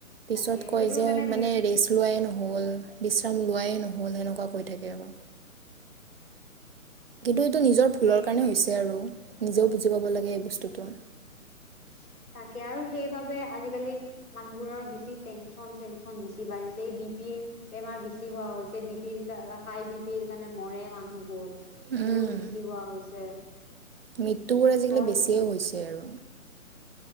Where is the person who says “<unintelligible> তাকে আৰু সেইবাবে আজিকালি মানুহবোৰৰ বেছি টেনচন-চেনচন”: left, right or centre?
Left